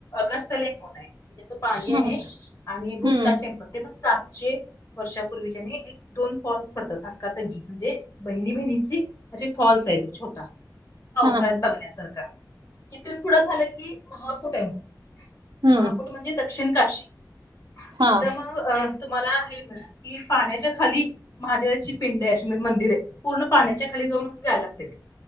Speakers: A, on the left; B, on the right.
A: गस्ती, पाणी
B: हम्म
A: आहे आणि भूतनाथ
B: हम्म
A: टेम्पल ते पण सातशे वर्षा पूर्वी एक दोन फॉल्स पडतात क्कााती म्हणजे बहिणी बहिणीची असे फॉल्स आहेत छोट, टा. पावसाळ्यात
B: हा
A: बघण्यासारख इिथून पुढं झालं कि महा कुठे आहे?
B: हम्म
A: महाकूट म्हणजे दक्षिण काशी
B: हा
A: तिथं मग तुम्हाला हे म्हणा पाण्याच्या खाली? महादेवाची पिंड आहे अशी म्हणजे मंदिर आहे पूर्ण पाण्याच्या खाली जाऊनच जायला लागते.